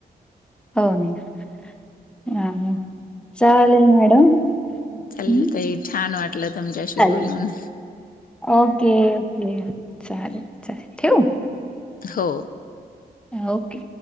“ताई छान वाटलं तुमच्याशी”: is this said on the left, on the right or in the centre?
Left